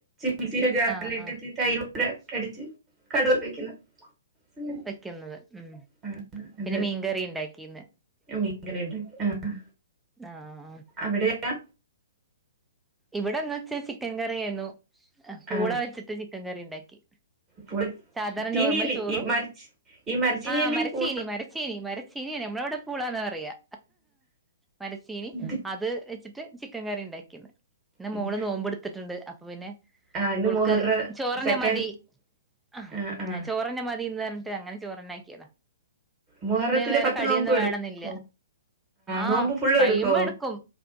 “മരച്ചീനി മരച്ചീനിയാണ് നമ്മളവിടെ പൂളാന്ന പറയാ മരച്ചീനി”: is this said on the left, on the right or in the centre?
Centre